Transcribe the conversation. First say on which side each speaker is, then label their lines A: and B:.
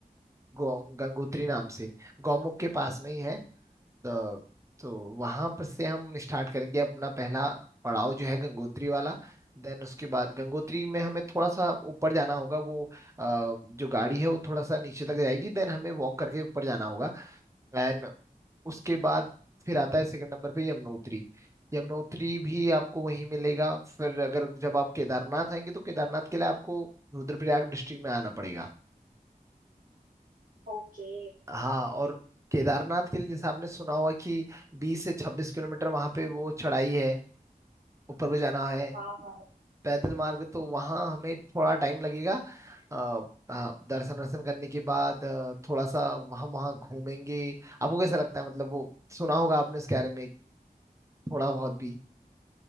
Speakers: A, on the right (about 20°); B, on the right (about 70°).
A: गौ, गंगोत्री नाम से गौमुख के पास में ही है तो, तो वहां पर से हम स्टार्ट करेंगे अपना पहला पड़ाव जो है गंगोत्री वाला देन उसके बाद गंगोत्री में हमें थोड़ा सा ऊपर जाना होगा वो अ, जो गाड़ी है वो थोड़ा सा नीचे तक जाएगी देन हमें वॉक करके ऊपर जाना होगा एंड उसके बाद फिर आता है सेकंड नंबर पे यमुनोत्री यमुनोत्री भी आपको वहीं मिलेगा फिर अगर जब आप केदारनाथ आएंगे तो केदारनाथ के लिए आपको रुद्रप्रयाग डिस्ट्रिक्ट में आना पड़ेगा
B: ओके
A: हाँ और केदारनाथ के लिए जैसे आपने सुना होगा कि बीस से छब्बीस किलोमीटर वहां पे वो चढ़ाई है ऊपर को जाना है
B: हाँ हाँ
A: पैदल मार्ग तो वहाँ हमें थोड़ा टाइम लगेगा अ, हाँ, दर्शन वर्शन करने के बाद अ, थोड़ा सा वहाँ वहाँ घूमेंगे आपको कैसा लगता है मतलब वो सुना होगा आपने उसके बारे में थोड़ा बहुत भी